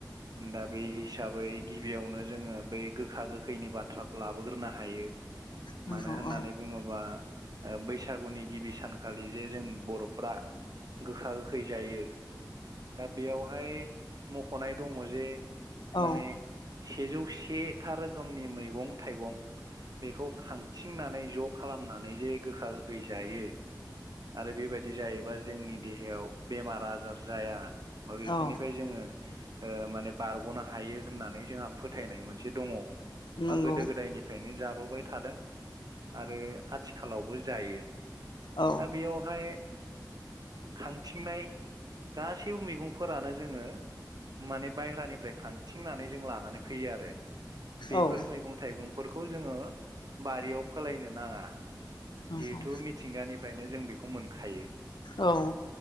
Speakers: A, on the right; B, on the left.
A: दा बे हिसाबै गिबियावनो जोङो बै गोखा गोखैनि बाथ्राखौ लाबोग्रोनो हायो
B: नंगौ
A: मानो होननानै
B: औ
A: बुङोबा बैसागुनि गिबि सानखालि जे जों बर'फ गोखा हैैजायो दा बेयावहाय मख'नाय दङ जे
B: औ
A: माने सेजौ सेथा रोखोमनि मैगं थाइगं बेखौ थिंनानै ज' खालामनानै जे गोखा गोखै जायो। आरो बेबायदि जायोबा जोंनि देहायाव बेमार आजार जाया बा बेफोरनिफ्राय
B: औ
A: जोङो माने बारग'नो हायो होननानै जोंहा फोथायनाय मोनसे दङ।
B: नंगौ
A: बा गोदो गोदायनिफ्रायनो जाबोबाय थादों आरो आथिखालावबो जायो।
B: औ
A: दा बेयावहाय खांथिंनाय गासैबो मैगंफोरानो जोङो। माने बायहेरानिफ्राय खांथिंनानै जों लानानै फैयो आरो बेफोर
B: औ
A: मैगं थाइगंफोरखौ जोङो बारियाव फोलायनो नाङा
B: नंगौ
A: जिहेथु मिथिंगानिफ्रायनो जों बेखौ मोनखायो
B: औ